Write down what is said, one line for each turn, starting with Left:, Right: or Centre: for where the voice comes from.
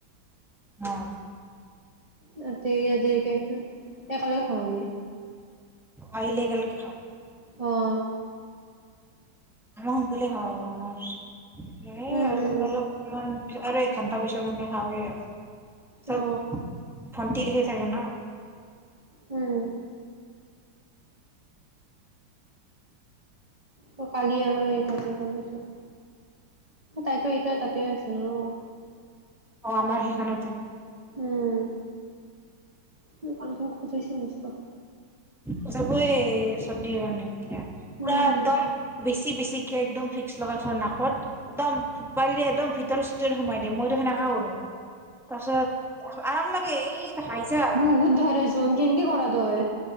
Centre: অঁ।
Right: তাতে দেৰিকে আহেনে একেলগে খাওঁ আমি।
Centre: আহিলে একে লগে খাওঁ।
Right: অঁ।
Centre: আমাৰ শুনকালে হয় আৰু আমাৰ
Right: উম উম
Centre: <unintelligible> অলপ মান আৰে একঘন্তা পিছত মানে খাওৱে আৰু।
Right: অ
Centre: ভণ্টি হেৰি থাকে না।
Right: উম। ত' কালি আৰু হেৰি থাকে ক'বচোন, তাইতো এতিয়াও তাতে আছে ন'।
Centre: অঁ' আমাৰ সেইখনতে।
Right: উমঁ' মোৰ কানখন খজুৱাইছে মষ্ট।
Centre: খজাবই এই চৰ্দি হ'লে। পুৰা
Right: উম
Centre: একদম বেছি বেছিকে একদম ভিক্স লগাই থ নাকত একদম বাৰীৰে একদম ভিতৰ চিতৰ সোমাই মইতো সেনেকা কৰো তাৰ পিছত আৰাম লাগে এই হাঁহিছা
Right: <unintelligible> ধৰে <unintelligible> কেনকে কৰা তয়